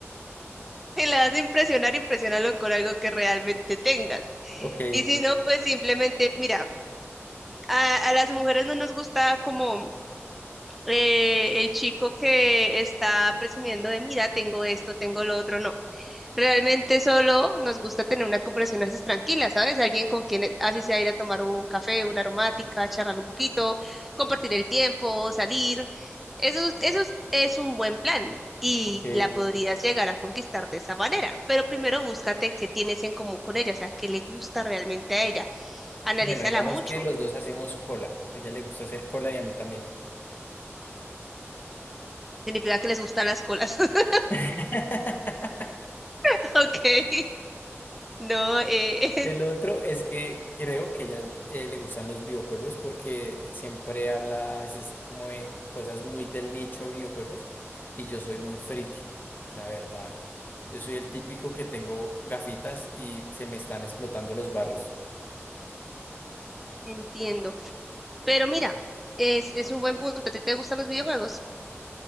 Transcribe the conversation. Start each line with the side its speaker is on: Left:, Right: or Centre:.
Centre: Si la das a impresionar, impresiónalo con algo que realmente tengas.
Left: Ok,
Centre: Y si no, pues simplemente, mira, a, a las mujeres no nos gusta como eh, el chico que está presumiendo de, mira, tengo esto, tengo lo otro, no. Realmente solo nos gusta tener una conversación así tranquila, ¿sabes? Alguien con quien así sea ir a tomar un café, una aromática, charlar un poquito, compartir el tiempo, salir. Eso, eso es es un buen plan y
Left: ok.
Centre: la podrías llegar a conquistar de esa manera. Pero primero búscate qué tienes en común con ella, o sea, qué le gusta realmente a ella. Analízala
Left: Bueno, digamos
Centre: mucho.
Left: que los dos hacemos cola, a ella le gusta hacer cola y a mí también.
Centre: Significa que les gustan las colas. <laughs>
Left: <laughs>
Centre: <laughs> Ok. No, eh,
Left: El
Centre: <laughs>
Left: otro es que creo que ya le gustan los videojuegos porque siempre habla a veces como de cosas muy del nicho de videojuegos y yo soy muy friki, la verdad. Yo soy el típico que tengo gafitas y se me están explotando los barros.
Centre: entiendo. Pero mira, es, es un buen punto. ¿A ti te gustan los videojuegos?